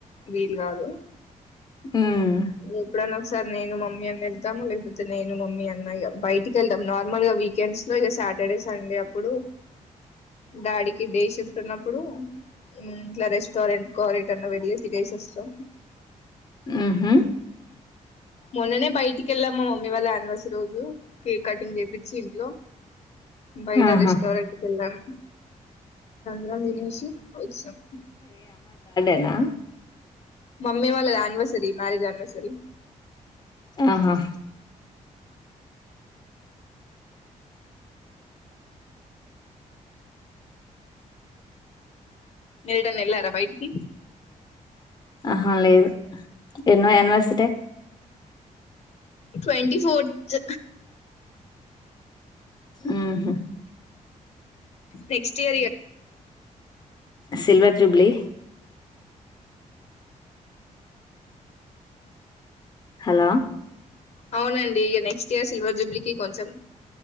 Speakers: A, on the left; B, on the left.
A: వీలు గాదు
B: హ్మ్.
A: ఎప్పుడ ఒకసారి నేను మమ్మీ అన్న వెళ్తాము లేకపోతే నేను మమ్మీ అన్న బయటికి వెళ్తాం నార్మల్ గా వీకెండ్స్ లో ఇక సాటర్డే సండే అప్పుడు డాడీకి డే షిఫ్ట్ ఉన్నప్పుడు ఇట్లా రెస్టారెంట్ కో రిటన్ వెళ్ళి తినేసి వస్తాం
B: ఊహు
A: మన్ననే బయిటి కెళ్ళాము మమ్మీ వాళ్ల యా రోజు కేక్ కటింగ్ చేపిచ్చి ఇంట్లో బయట
B: ఆహా!
A: రెస్టోరెంట్ కెల్లాం దని తినేసి వచ్చినం
B: లా
A: మమ్మీ వాళ్ళది యానివర్సరీ మ్యారేజ్ యానివర్సరీ
B: ఆహా
A: నల్డన్ ఎల్లారా బయటికి
B: ఆహా లేదు ఎన్నో యానివర్సిడే
A: ట్వంటి ఫోర్త్
B: ఊహు
A: నెక్స్ట్ ఇయర్ ఇగ
B: సిల్వర్ జూబ్లీ హలో
A: అవునండి ఇగ నెక్స్ట్ ఇయర్ సిల్వర్ జూబ్లికి కొంచెం